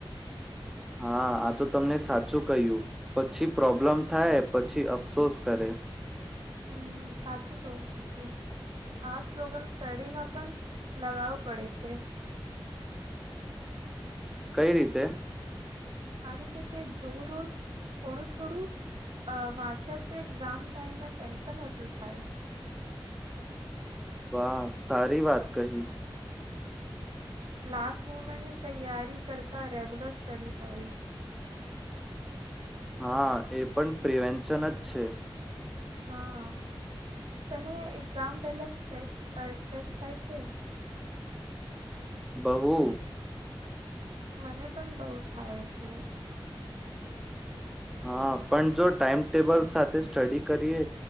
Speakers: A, in the centre; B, on the right.
A: હા આ તો તમને સાચું કહ્યું પછી પ્રોબ્લેમ થાય પછી અફસોસ કરે.
B: હમ સાચું કવું છુ તું આ સ્લોગન સ્ટડીમાં પણ લગાવું પડે છે.
A: કઈ રીતે.
B: આ રીતે કે જો રોજ થોડું થોડું અ વાંચ્યા તો એક્ઝામ ટાઈમમાં ટેન્શન ઓછું થાય
A: વાહ સારી વાત કહી
B: લાસ્ટ મુમેન્ટની તૈયારી કરતા રેગ્યુલર સ્ટડી કરી
A: હા એ પણ પ્રિવેન્શન જ છે.
B: હા તને એક્ઝામ પહેલા સ્ટેસ અ સ્ટ્રેસ થાય છે.
A: બહુ
B: મને પણ બહુ થાય છે.
A: હા પણ જો ટાઈમટેબલ સાથે સ્ટડી કરીએ